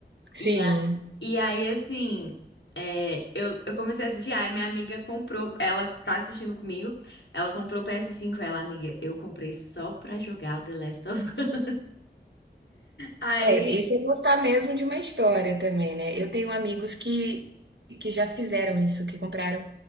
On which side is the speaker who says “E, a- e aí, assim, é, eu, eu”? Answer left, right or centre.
Left